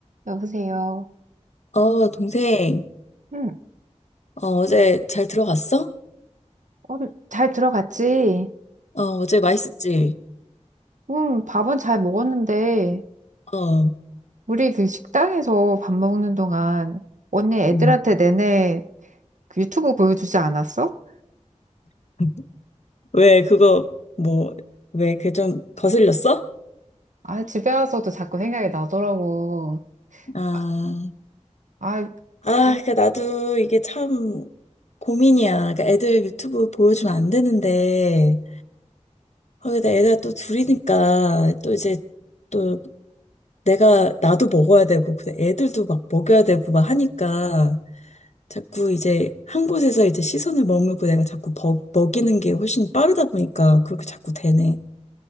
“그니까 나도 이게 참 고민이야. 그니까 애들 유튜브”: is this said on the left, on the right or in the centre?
Left